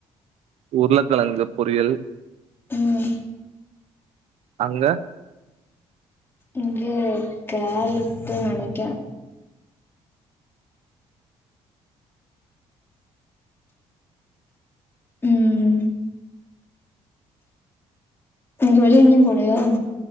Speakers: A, on the right; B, on the left.
A: உருளக்கிழங்கு பொறியல்
B: ம்
A: அங்க
B: இங்க கேரட்டு நெனைக்கே ம் இன்னிக்கு வெளிய எங்கையு போலயா